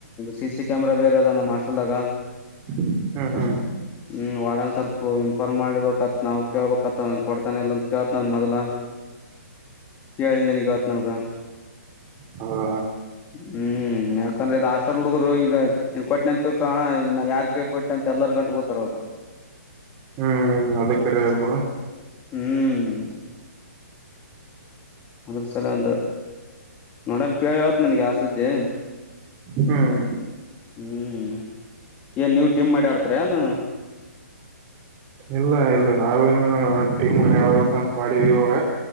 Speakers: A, on the left; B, on the right.
A: ಸಿ ಸಿ ಕ್ಯಾಮೆರಾ ಬೇರೆ ಅದ ನಮ್ ಆಸ್ಟಲ್ದಾಗ.
B: ಹ್ಮ್ ಹ್ಮ್.
A: ಹ್ಮ್ ವಾಳನ್ ಸ್ವಲ್ಪ ಇನ್ಫಾರ್ಮ್ ಮಾಡ್ಬೇಕತ್ ನಾವ್ ಕೇಳ್ಬೇಕತ್ ಕೊಡ್ತಾನ ಇಲ್ಲ ಅಂತ ಕೇಳ್ತ್ನವ್ ಮೊದಲ.
B: <inaudible>
A: ಕೆೇಳಿ ನಿನಿಗ್ ಹೇಳ್ತ್ನ ಹೋಗ.
B: ಹೌವ.
A: ಹ್ಮ್ ಯಾಕಂದ್ರೆ ಇದ್ ಹಾಸ್ಟೆಲ್ ಹುಡುಗುರು ಈಗ ಇನ್ ಕೊಟ್ಟನಂತ್ ತಿಳ್ಕೊ ಅಣಾ ಇನ್ನ ಯಾರ್ ಕೇಳ್ ಕೊಟ್ಟ್ ತಂತ್ ಎಲ್ಲರ್ ಗಂಟ್ ಹೋತರ ಅವ್ರು.
B: ಹ್ಮ್ ಹ್ಮ್ ಅದ ಕರೆ ಅದ ಬಿಡ.
A: ಹ್ಮ್. ಅದ್ಸಲಂದ ನೋಡಮ್ ಕೇಳ್ ಹೇಳ್ತೇನ್ ನಿನ್ಗ್ ಯಾ ಸುದ್ದಿ.
B: ಹ್ಮ್
A: ಹ್ಮ್ ಏನ್ ನೀವ್ ಟೀಮ್ ಮಾಡಿ ಆಡ್ತಿರೇನೂ.
B: ಇಲ್ಲ ಇಲ್ಲ ನಾವೇನು ಟೀಮ್ ಮಾಡಿ ಆಡ್ಬೇಕ್ ಅಂತ್ ಮಾಡೀವಿ ಇವಾಗ.